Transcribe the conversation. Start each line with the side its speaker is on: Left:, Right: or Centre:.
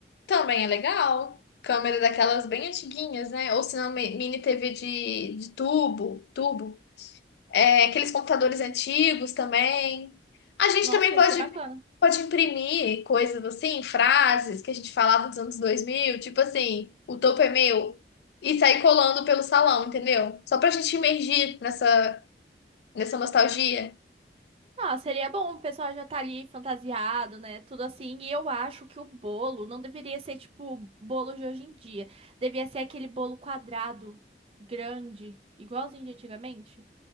Left: Também é legal. Câmera daquelas bem antiguinhas, né? Ou se não, mi- mini TV de, de tubo, tubo. é, aqueles computadores antigos também. A gente
Right: Nossa,
Left: também pode,
Right: ia ser bacana.
Left: pode imprimir coisas assim, frases que a gente falava dos anos dois mil tipo assim, o topo é meu, e sair colando pelo salão, entendeu? Só pra gente imergir nessa, nessa nostalgia.
Right: Ah, seria bom, o pessoal já tá ali fantasiado, né? Tudo assim. E eu acho que o bolo não deveria ser tipo o bolo de hoje em dia. Devia ser aquele bolo quadrado, grande, igualzinho de antigamente.